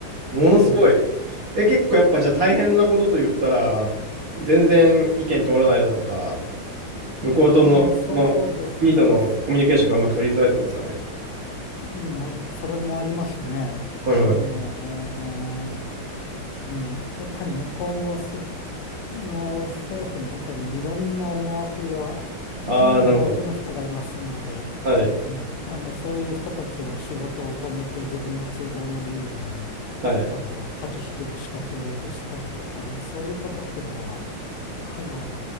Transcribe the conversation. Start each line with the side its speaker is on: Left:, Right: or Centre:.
Right: ものすごい。
Left: うん。
Right: え、結構やっぱじゃあ大変なことと言ったら、全然意見通らないだとか、向こうとの、
Left: まあ、そうですね。
Right: の国とのコミュニケーションがうまく取りづらいとかですかね。
Left: うん、あり、それもありますね。
Right: はいはい。
Left: あの、うん。やっぱり向こうもす、の政府の中でもいろんな思惑が、
Right: ああ、
Left: 思惑の人がいますので、
Right: なるほど。はい。
Left: ね、あの、そういう人たちは仕事を止めて自分の都合のいいように、
Right: はい。
Left: あの、価値きを仕掛けようとしたりとか、そういうことってのは、あの、